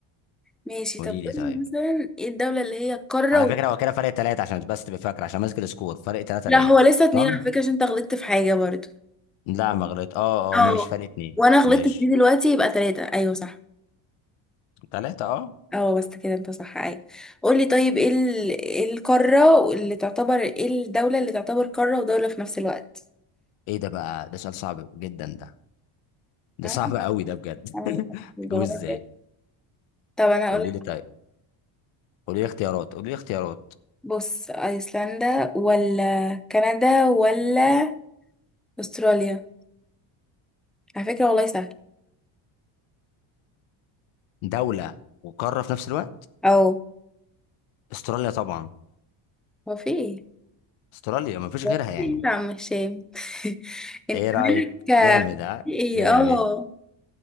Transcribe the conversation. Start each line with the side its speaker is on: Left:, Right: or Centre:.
Centre: ماشي
Left: قولي
Centre: طب
Left: لي طيب
Centre: قولي مثلا ايه الدولة اللي هي القارة
Left: على
Centre: و...
Left: فكره هو كده فرق ثلاثه عشان بس تبقى فاكره عشان ماسك السكور فرق ثلاثه
Centre: لا
Left: ليا
Centre: هو لسه اتنين
Left: تمام
Centre: على فكرة عشان انت غلطت في حاجة برضو
Left: لا ما غلط اه
Centre: اه
Left: اه ماشي فرق اتنين
Centre: وانا غلطت
Left: ماشي
Centre: في دي دلوقتي يبقى تلاتة ايوه صح
Left: ثلاثه اه
Centre: اه بس كده انت صح اي قولي طيب ايه ال- إيه القارة اللي تعتبر ايه الدولة اللي تعتبر قارة ودولة في نفس الوقت
Left: ايه ده بقى ده سؤال صعب جدا ده ده
Centre: ها؟
Left: صعب قوي ده بجد
Centre: أنا
Left: <laughs>
Centre: جغرافيا.
Left: اجيبه ازاي
Centre: طب انا
Left: قولي
Centre: اقولك
Left: لي طيب قولي لي اختيارات قولي لي اختيارات
Centre: بص ايسلندا ولا كندا ولا استراليا على فكرة والله سهل
Left: دوله وقاره في نفس الوقت
Centre: او
Left: استراليا طبعا
Centre: هو في ايه
Left: استراليا مفيش
Centre: <laughs> هو
Left: غيرها يعني
Centre: في إيه يا عم هشام <laughs> انت
Left: ايه رايك
Centre: مالك
Left: جامد ها
Centre: في ايه
Left: جامد
Centre: اه